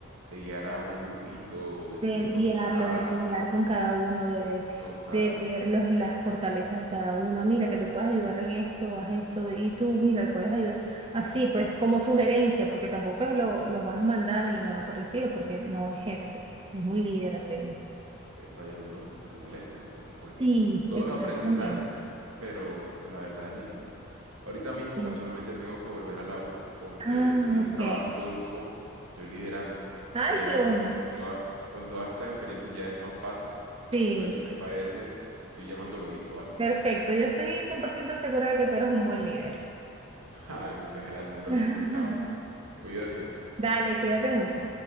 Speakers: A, on the right; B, on the right.
A: de guiar a un grupito, de pronto
B: de guiarlo,
A: asesorar.
B: de lidiar con cada uno, de,
A: Total.
B: de ver los, las fortalezas de cada uno. Mira, que tú puedes ayudar en esto, haz esto, y tú, mira, puedes ayudar. Así, pues, como sugerencia, porque tampoco es lo, los vas a mandar ni nada por el estilo, porque no es jefe, es un líder apenas.
A: Epa, y algunos hasta se molestan. Entonces, bueno,
B: Sí,
A: todo
B: exactamente.
A: es aprendizaje, pero la verdad es difícil. Ahorita mismo
B: Sí.
A: casualmente tengo que volver a la U porque
B: Ah,
A: hay
B: ok.
A: un trabajito grupo que estoy liderando,
B: Ay,
A: pero ya
B: qué
A: de
B: bueno.
A: pronto con toda, con todas estas experiencias ya es más fácil.
B: Sí,
A: Entonces, si te parece, te estoy llamando luego, ¿vale?
B: perfecto. Yo estoy 100% segura de que tú eres un buen líder.
A: <laughs> Ay, muchas gracias, lo
B: <laughs>
A: necesitaba. Cuídate.
B: Dale, cuídate mucho.